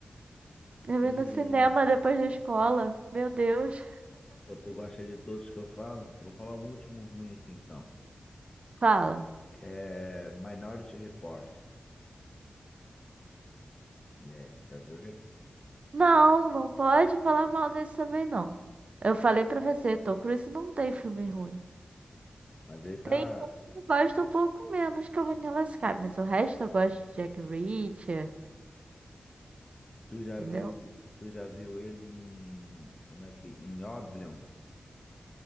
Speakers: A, on the right (about 50°); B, on the left (about 25°).
A: Eu
B: Ih.
A: vi no cinema depois da escola. Meu Deus.
B: Pô, tu gosta de todos que eu falo? Vou falar um último ruim aqui então.
A: Fala.
B: Que é Minority Report. E aí, já viu esse?
A: Não, não pode falar mal desse também, não. Eu falei pra você, Tom Cruise não tem filme ruim.
B: Mas ele tá.
A: Tem um que eu gosto um pouco menos que é o Vanilla Sky, mas o resto eu gosto de Jack Reacher,
B: Tu já
A: entendeu?
B: viu. Tu já viu ele em. Como é que. Em Oblivion?